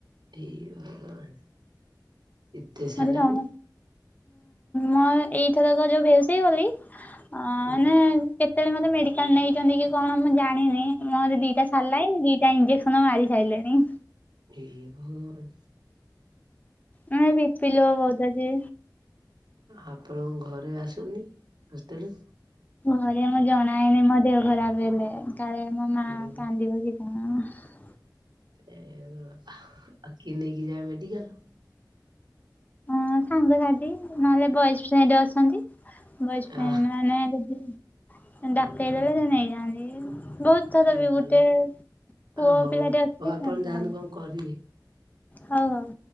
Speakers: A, on the right; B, on the left.
A: ହେ ଭଗବାନ। ଏତେ ସାଲାଇନି
B: ଖାଲି କାମ, ନାଇଁ ଏଇଥରକ ଯୋଉ ଭ ହେଇ ଗଲି, <unintelligible>
A: ହୁଁ
B: କେତେବେଳେ ମୋତେ ମେଡ଼ିକାଲ ନେଇଛନ୍ତି କି କଣ ମୁଁ ଜାଣିନି? ମୁହଁରେ ଦିଟା ସାଲାଇନି, ଦିଟା ଇଞ୍ଜେକସନ ମାରି ସାରିଲେଣି।
A: ହେ ଭଗବାନ।
B: ହୁଁ ବିପି ଲୋ ବହୁତ ଅଛି।
A: ଆପଣଙ୍କ ଘରେ ଆସୁନି ହଷ୍ଟେଲୁ?
B: ଘରେ ମୁଁ ଜଣାଏନି ମୋ ଦେହ ଖରାପ ହେଲେ, କାଳେ ମା
A: ଏହୁଁ
B: <unintelligible>
A: ଏ ବାପା, ଆ କିଏ ନେଇକି ଯାଏ ମେଡିିକାଲ?
B: ହ ସାଙ୍ଗସାଥି ନହେଲେ ବୟଫ୍ରେଣ୍ଡ ଅଛନ୍ତି। ବୟ ଫ୍ରେଣ୍ଡ
A: ଆ
B: ମାନେ ଯଦି ଡକେଇ ଦେଲେ, ସେ ନେଇଯାଆନ୍ତି, ବହୁତ
A: ଆଉ
B: <unintelligible> ବି
A: ଭଲ
B: ଗୋଟେ ପୁଅ
A: ଆଉ ହଉ
B: ପିଲାଟେ ଅଛି
A: ହଉ ଆପଣ
B: <unintelligible>
A: ଯାଆନ୍ତୁ କଣ କରିବେ
B: ହଉ ହଉ।